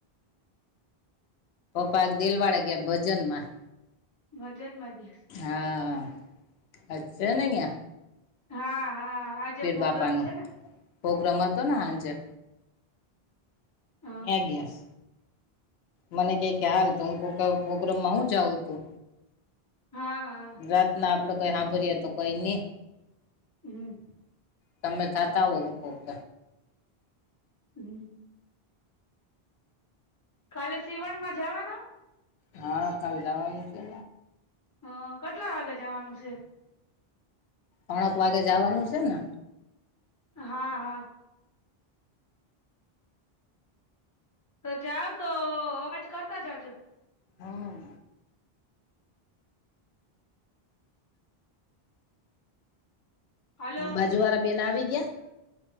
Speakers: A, on the left; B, on the left.
A: પપા દિલવાડા ગયા ભજનમાં
B: ભજન મા ગયાં છે
A: હા અચોને હીંયા.
B: હા હા આ જે પ્રોગ્રામ
A: બાપા નું
B: છે ને?
A: પ્રોગ્રામ હતોને હાંજે
B: હ
A: ન્યા ગયાસ. મને કે કે હાલ તો હું ક કેઉ પ્રોગ્રામ હું જાઉ તું
B: હા.
A: રાત ના આપડે કઈ હાભરીએ તો કઈ ની
B: હમ.
A: તમે થતા હો હું કોક
B: <inaudible> કાલે સીવણ માં જવાના?
A: હા કાલ જવાનું છે.
B: હ કેટલા વાગે જવાનું છે?
A: ત્રણેક વાગે જવાનું છે, ને
B: હા હા. તો જાઓ તો અવાજ કરતા જાજો
A: હમ.
B: હલો
A: બાજુ વાળા બેન આવી ગયા?